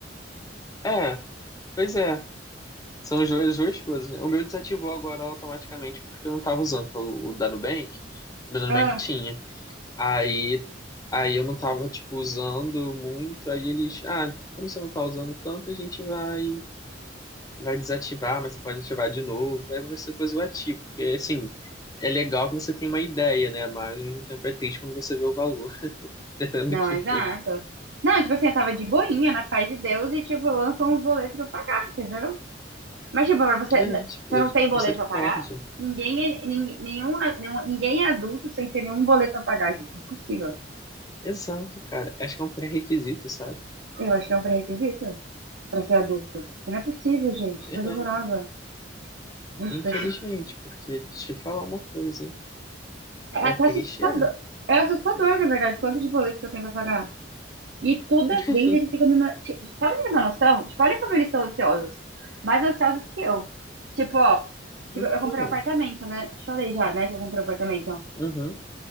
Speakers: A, on the left (about 20°); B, on the right (about 65°).
A: É, pois é. São as duas as duas coisas, né? O meu desativou agora automaticamente porque eu não tava usando o, o da Nubank. O da Nubank
B: Ah,
A: tinha. Aí, aí eu não tava, tipo, usando muito. Aí eles... Ah, como você não tá usando tanto, a gente vai... vai desativar, mas você pode ativar de novo. Aí você depois o ativa. Porque, assim, é legal que você tenha uma ideia, né? Mas ao mesmo tempo é triste quando você vê o valor, <laughs> dependendo
B: não,
A: do que
B: exato.
A: for.
B: Não, tipo assim, eu tava de boinha, na paz de Deus, e tipo, lançam um boleto pra pagar, entendeu? Mas, tipo, pra você,
A: É,
B: n-
A: tipo,
B: você não tem boleto
A: misericórdia.
B: pra pagar? Ninguém é, nin- nenhum, a- nenhum- ninguém é adulto sem ter nenhum boleto pra pagar, gente. Impossível.
A: Exato, cara. Acho que é um pré-requisito, sabe?
B: Eu acho que é um pré-requisito pra ser adulto. Não é possível, gente.
A: É,
B: Coisa horrorosa. Gente,
A: infelizmente, porque deixa eu te falar uma coisa, hein?
B: É até
A: é triste,
B: assustador.
A: é.
B: É assustador, na verdade, quanto de boleto que eu tenho pra pagar. E toda
A: <laughs>
B: vez eles ficam me. ma- ti- Sabe ter uma noção? Tipo, olha como eles são ansiosos. Mais ansiosos que eu. Tipo, ó. Tipo,
A: Então,
B: eu comprei um apartamento, né? Te falei já, né? Que eu comprei um apartamento.
A: uhum,